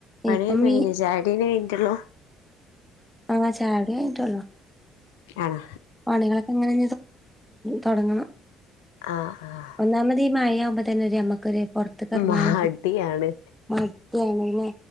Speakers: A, on the left; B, in the centre.
A: പണിയക്കെ
B: ഇപ്പം മീ
A: കഴിഞ്ഞുയോ? ചായാ കുടിന്നേ കഴിഞ്ഞിട്ടുള്ളു.
B: ആങ്ങ ചായ കുടി കൈഞ്ഞിട്ടുയുള്ളു.
A: അണോ.
B: പണികളൊക്കെ ഇങ്ങനെ തൊടങ്ങണം.
A: ആ, ആ.
B: ഒന്നാമത് ഈ മഴയാവുമ്പോ തന്നെ ഒരു നമുക്കൊര് പുറത്തേക്ക് ഇറങ്ങാൻ
A: മടിയാണ്
B: മടിയാണ് പിന്നെ.